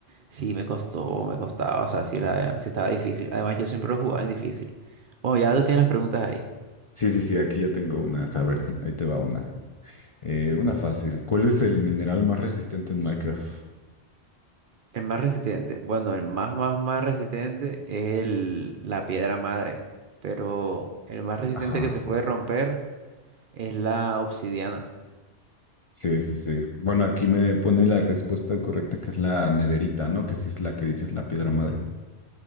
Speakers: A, on the right (about 60°); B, on the left (about 40°).
A: sí me costó, me costaba. O sea, sí, era, sí estaba difícil. Además, yo siempre lo jugaba en difícil. Bueno, ya tú tienes las preguntas ahí.
B: Sí, sí, sí, aquí ya tengo una. A ver, ahí te va una. Eh, una fácil. ¿Cuál es el mineral más resistente en Minecraft?
A: El más resistente. Bueno, el más, más, más resistente es el, la piedra madre. Pero el más resistente
B: Ajá.
A: que se puede romper es la obsidiana.
B: Sí, sí, sí. Bueno, aquí me pone la respuesta correcta, que es la nederita, ¿no? Que sí es la que dices la piedra madre.